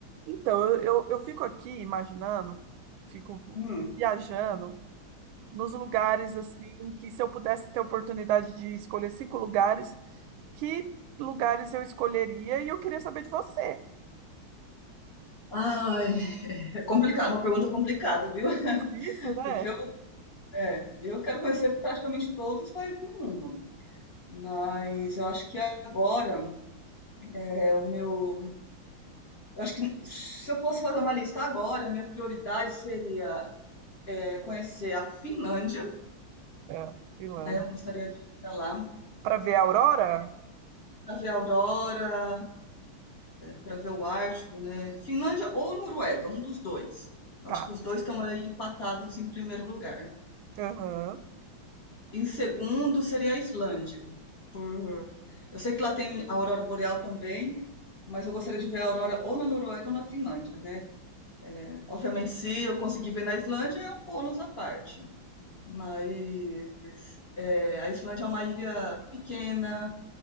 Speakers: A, on the right (about 80°); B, on the left (about 35°).
A: Então, eu, eu, eu fico aqui imaginando, fico
B: Hum.
A: viajando nos lugares assim que se eu pudesse ter a oportunidade de escolher cinco lugares, que lugares eu escolheria? E eu queria saber de você.
B: Ai, é complicado, uma pergunta complicada, viu? <laughs>
A: Difícil, né?
B: Porque eu, é, eu quero conhecer praticamente todos os países do mundo. Mas eu acho que agora é o meu. Eu acho que se eu fosse fazer uma lista agora, a minha prioridade seria é, conhecer a Finlândia,
A: É, Finlândia.
B: né? Eu gostaria de ir para lá,
A: Para ver a aurora?
B: para ver a aurora, para ver o Ártico, né? Finlândia ou Noruega, um dos dois. Eu
A: Tá.
B: acho que os dois estão aí empatados em primeiro lugar.
A: Aham.
B: E segundo seria a Islândia. Por... Eu sei que lá tem a aurora boreal também, mas eu gostaria de ver a aurora ou na Noruega ou na Finlândia, né? Obviamente, se eu conseguir ver na Islândia, é um bônus à parte. Mas é, a Islândia é uma ilha pequena,